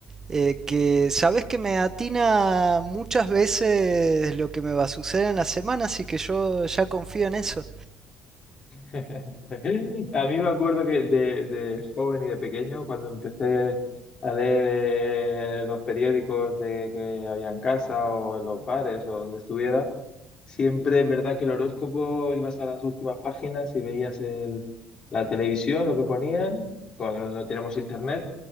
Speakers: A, on the right (about 20°); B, on the left (about 35°).
A: eh, que sabes que me atina muchas veces lo que me va a suceder en la semana, así que yo ya confío en eso.
B: <laughs> A mí me acuerdo que de, de joven y de pequeño, cuando empecé a leer los periódicos de que había en casa o en los bares o donde estuviera, siempre es verdad que el horóscopo ibas a las últimas páginas y veías el- la televisión, lo que ponían, cuando no teníamos internet,